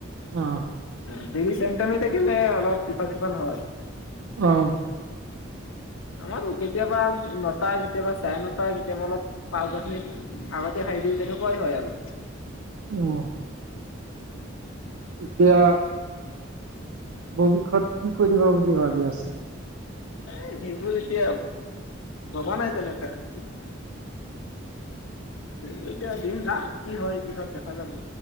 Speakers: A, on the right; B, on the left.
A: অ'
B: অ দেলি চেম টাইমে থাকে নে ওলপ ইফাল সিফাল হয়
A: অঁ
B: <inaudible> আমাৰ কেতিয়াবা টা কেতিয়াবা চাৰে ন টা, কেতিয়াবা ওলপ পাচ দচ মিনিট আগতে খাই দিউ তেনেকুৱায় হয় আৰু।
A: উম এতিয়া' ভৱিষ্যত কি কৰিব বুলি ভাবি আছে?
B: এই সেইবোৰ এতিয়া ভবা নাই তেনেকা, সেইবোৰ এতিয়া দিন যাওক কি হয় দেখা যাব